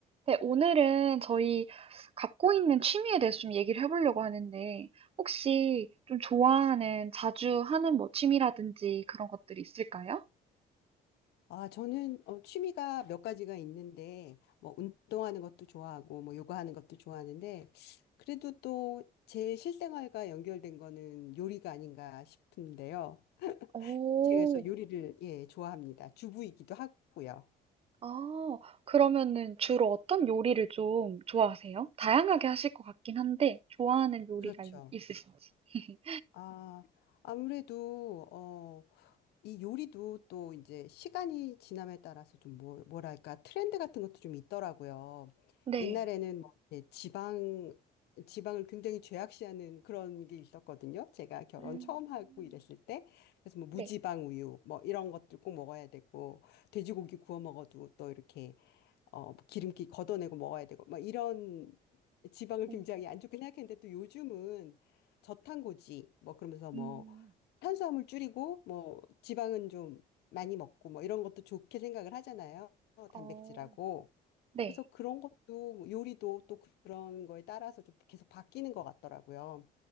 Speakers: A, on the right; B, on the left.
A: 네, 오늘은 저희 갖고 있는 취미에 대해서 좀 얘기를 해보려고 하는데, 혹시 좀 좋아하는, 자주 하는 뭐 취미라든지 그런 것들이 있을까요?
B: 아, 저는 어, 취미가 몇 가지가 있는데, 뭐, 운동하는 것도 좋아하고, 뭐, 요가하는 것도 좋아하는데, 그래도 또 제 실생활과 연결된 거는 요리가 아닌가 싶은데요.
A: 오,
B: 제가 그래서 요리를, 예, 좋아합니다. 주부이기도 하고요.
A: 아, 그러면은 주로 어떤 요리를 좀 좋아하세요? 다양하게 하실 것 같긴 한데, 좋아하는 요리가
B: 그렇죠.
A: 있- 있으신지. <laughs>
B: 아, 아무래도, 어, 이 요리도 또 이제 시간이 지남에 따라서 좀 뭘, 뭐랄까 트렌드 같은 것도 좀 있더라고요.
A: 네.
B: 옛날에는 뭐 이렇게 지방 지방을 굉장히 죄악시하는 그런 게 있었거든요. 제가 결혼
A: 음,
B: 처음 하고 이랬을 때 그래서 뭐 무지방
A: 네.
B: 우유 뭐 이런 것들 꼭 먹어야 되고 돼지고기 구워 먹어도 또 이렇게 어, 기름기 걷어내고 먹어야 되고, 막 이런 지방을
A: 음,
B: 굉장히 안 좋게 생각했는데 또 요즘은 저탄고지, 뭐 그러면서 뭐
A: 음,
B: 탄수화물 줄이고, 뭐 지방은 좀 많이 먹고, 뭐 이런 것도 좋게 생각을 하잖아요. 단백질하고.
A: 어, 네.
B: 그래서 그런 것도 뭐 요리도 또 그런 거에 따라서 좀 계속 바뀌는 것 같더라고요.